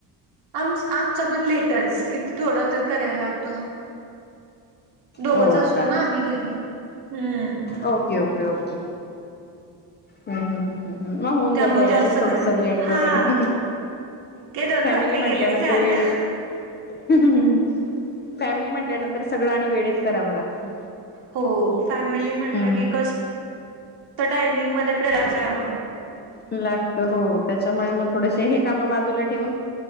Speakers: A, on the right; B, on the left.
A: आमचा आमचा पण लेटच किती थोडा तर करायला लागतो दोघच
B: हो
A: असतो
B: का?
A: ना आम्ही घरी, हम्म
B: ओके ओके ओके. हम्म हम्म हम्म. हम्म मग होऊन
A: त्यामुळे
B: जातं
A: जास्त
B: ऍडजस्ट थोडस
A: करायला
B: लेट
A: हा
B: वगैरे ही ही
A: काय दोन
B: फॅमिली
A: भाकरी केलं
B: म्हटल्यानंतर
A: की झालं
B: वेळेत हम्म हम्म हम्म फॅमिली म्हंटल्यानंतर सगळं आणि वेळत करावं लागतं.
A: हो फॅमिली म्हटलं
B: हम्म
A: की कस, त्या टायमिंग मध्ये प्र <unintelligible> यावं.
B: लागत हो त्याच्यामुळे मग थोडसे हे काम बाजूला ठेवून